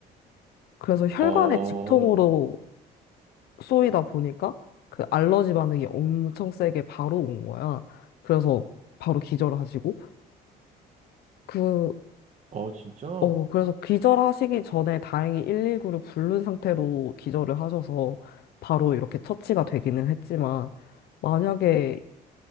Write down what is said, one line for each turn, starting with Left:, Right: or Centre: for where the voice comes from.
Left: 그래서 혈관에
Right: 어,
Left: 직통으로 쏘이다 보니까 그 알러지 반응이 엄청 세게 바로 온 거야. 그래서 바로 기절하시고 그
Right: 어, 진짜?
Left: 어, 그래서 기절하시기 전에 다행히 119를 부른 상태로 기절을 하셔서 바로 이렇게 처치가 되기는 했지만, 만약에